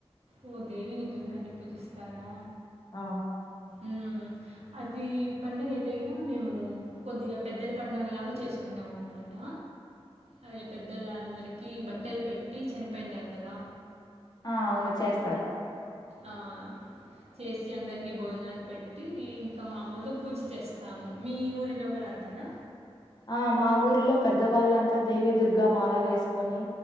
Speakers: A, on the right (about 90°); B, on the left (about 40°).
A: ఓ దేవిని దుర్గాని పూజిస్తారా
B: ఆ
A: ఊ అది పండుగ అయితే గీన మేము కొద్దిగా పెద్దల పండగలాగా చేసుకుంటాం నావున్మట అదే పెద్దళ్ళ అందరిక బట్టలు పెట్టి చనిపోయింటారు కదా
B: ఆ అవును చేస్తారు
A: ఆ చేసి అందరికి భోజనాలు పెట్టి ఇంకా మామూలుగా పూజ చేస్తాము మీ ఊరిలో కూడా అంతేనా
B: ఆ మా ఊర్లో పెద్దవాళ్ళంతా దేవి దుర్గా మాల వేసుకొని